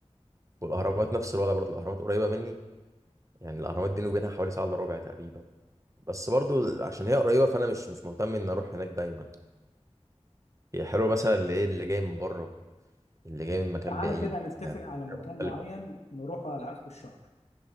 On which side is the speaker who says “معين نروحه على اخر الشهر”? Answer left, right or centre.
Left